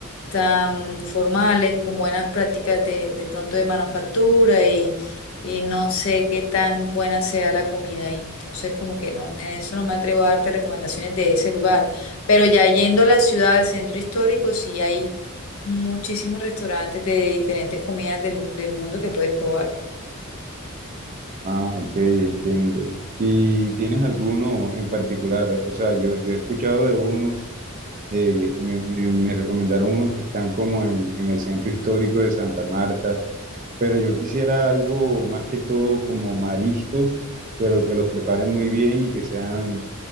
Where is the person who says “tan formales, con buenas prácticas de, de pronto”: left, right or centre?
Left